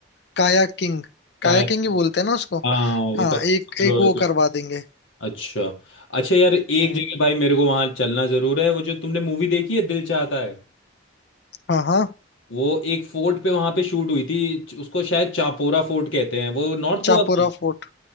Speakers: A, on the left (about 55°); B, on the left (about 75°).
A: कायाकिंग
B: काया-
A: कायाकिंग ही बोलते हैं ना उसको
B: हाँ वो
A: हाँ
B: पता
A: एक एक वो करवा देंगे
B: अच्छा अच्छा यार एक
A: हम्म
B: जगह भाई मेरे को वहां चलना जरूर है वो जो तुमने मूवी देखी है दिल चाहता है
A: हाँ हाँ
B: वो एक फोर्ट पे वहां पे शूट हुई थी उसको शायद चापोरा फोर्ट कहते हैं वो नॉर्थ गोवा
A: चापोरा
B: में
A: फोर्ट